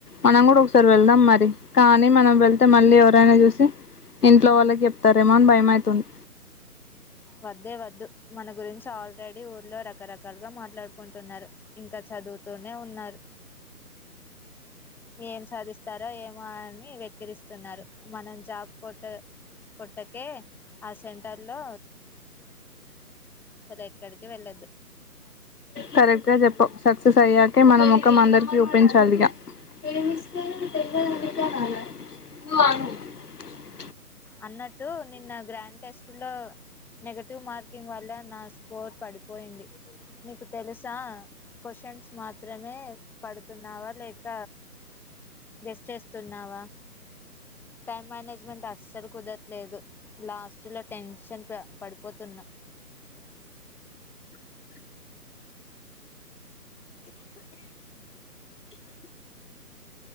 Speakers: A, on the left (about 70°); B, in the centre.
A: మనం కూడా ఒకసారి వెళ్దాం మ కానీ మనం వెళ్తే మళ్ళీ ఎవరైనా చూసి ఇంట్లో వాళ్ళకి చెప్తారేమో అని భయ మవుతుంది
B: వద్దే వద్దు మన గురించి ఆల్రెడీ ఊర్లో రకరకాలుగా మాట్లాడుకుంటున్నారు ఇంకా చదువుతూనే ఉన్నారు ఏం సాధిస్తారో ఏమో అని వెక్కిరిస్త స్తున్నారు మనం జాబ్ కొట్ట కొట్టకే ఆ సెంటర్ లో ఎక్కడికి వెళ్ళొద్దు
A: కరెక్ట్ గా చెప్పవ్ సక్సస్ అయ్యాక మన ముఖం అందరికి ఒప్పించాలిగా <unintelligible>
B: అన్నట్టు నిన్న గ్రాండ్ టెస్ట్లో నెగటివ్ మార్కింగ్ వల్ల నా స్కోర్ పడిపోయింది నీకు తెలుసా క్వశ్చన్స్ మాత్రం మాత్రమే పడుతున్నావా లేక గెస్ చేస్తున్నావా టైం మేనేజ్మెంట్ అస్సలు కుదరట్లేదు లాస్ట్ లో టెన్షన్ పడిపోతున్నా